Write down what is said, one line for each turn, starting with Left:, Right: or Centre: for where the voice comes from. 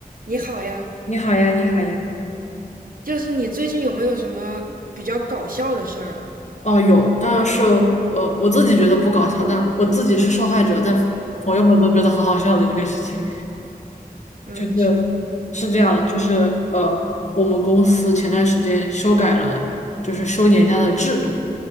Right: 你好呀，
Left: 你好呀，你好呀。
Right: 就是你最近有没有什么比较搞笑的事儿啊？
Left: 哦，有，当然是呃，我自己觉得不搞笑，但我自己是受害者，但朋友们都觉得很好笑的一个事情。
Right: 嗯，
Left: 就是
Right: 你说，
Left: 是这样的，就是呃，我们公司前段时间修改了，就是休年假的制度。